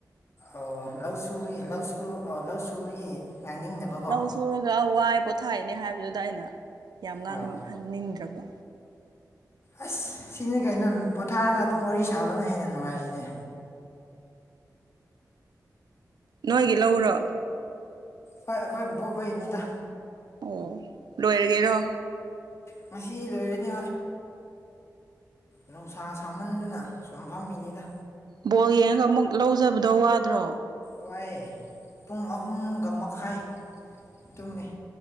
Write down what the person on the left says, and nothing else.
ꯑꯣ ꯂꯧ ꯁꯨꯕ ꯂꯧꯁꯨ ꯂꯧ ꯁꯨꯕꯒꯤ ꯉꯥꯡꯅꯤꯡꯗꯕꯀꯣ
ꯑꯣ ꯑꯁ ꯁꯤꯅꯦ ꯀꯩꯅꯣ ꯄꯣꯊꯥꯔꯒ ꯑꯗꯨꯝ ꯋꯥꯔꯤ ꯁꯥꯕꯅ ꯍꯦꯟꯅ ꯅꯨꯡꯉꯥꯏꯔꯤꯅꯦ
ꯍꯣꯏ ꯑꯩꯈꯣꯏ ꯕꯣꯛ ꯍꯅꯤꯗ
ꯉ ꯂꯣꯏꯔꯅꯤ ꯅꯨꯡꯁꯥ ꯁꯥꯃꯟꯗꯨꯅ ꯁꯨꯝ ꯐꯝꯃꯤꯅꯤꯗ
ꯍꯏ ꯄꯨꯡ ꯑꯍꯨꯝꯒ ꯃꯈꯥꯏ ꯇꯨꯝꯃꯤ